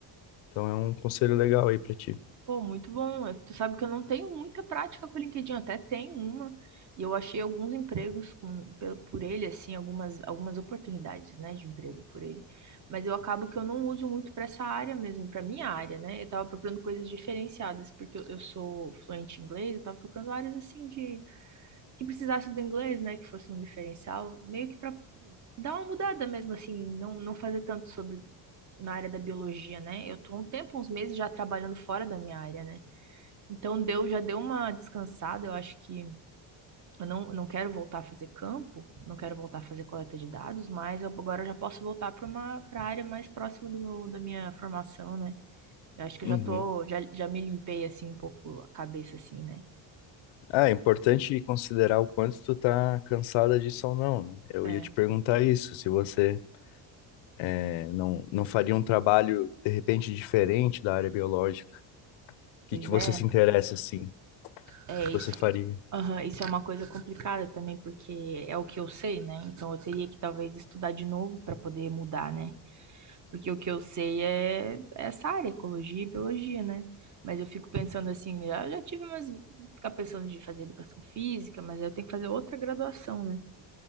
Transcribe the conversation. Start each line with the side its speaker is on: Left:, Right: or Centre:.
Left: Então é um conselho legal aí para ti.
Right: Pô, muito bom. Eh, Tu sabe que eu não tenho muita prática com o LinkedIn, eu até tenho uma, e eu achei alguns empregos com, pe- por ele, assim, algumas, algumas oportunidades, né, de emprego por ele. Mas eu acabo que eu não uso muito para essa área mesmo, para minha área, né? Eu tava procurando coisas diferenciadas, porque eu, eu sou fluente em inglês, eu tava procurando áreas assim de que precisasse do inglês, né, que fosse um diferencial, meio que para dar uma mudada mesmo, assim, não, não fazer tanto sobre na área da biologia, né? Eu tô há um tempo, uns meses já trabalhando fora da minha área, né? Então deu, já deu uma descansada, eu acho que eu não, não quero voltar a fazer campo, não quero voltar a fazer coleta de dados, mas eu- agora já posso voltar para uma para a área mais próxima do meu, da minha formação, né? Eu acho que
Left: Uhum.
Right: eu já tô, já, já me limpei assim um pouco a cabeça assim, né?
Left: Ah, é importante considerar o quanto tu tá cansada disso ou não, né? Eu
Right: É.
Left: ia te perguntar isso, se você é, não, não faria um trabalho, de repente, diferente da área biológica? O que
Right: Pois
Left: que você
Right: é,
Left: se interessa, assim? O
Right: é isso.
Left: que você faria?
Right: Aham, isso é uma coisa complicada também, porque é o que eu sei, né? Então eu teria que talvez estudar de novo para poder mudar, né? Porque o que eu sei é essa área, ecologia e biologia, né? Mas eu fico pensando assim, eu já tive umas. Ficar pensando de fazer educação física, mas aí eu tenho que fazer outra graduação, né?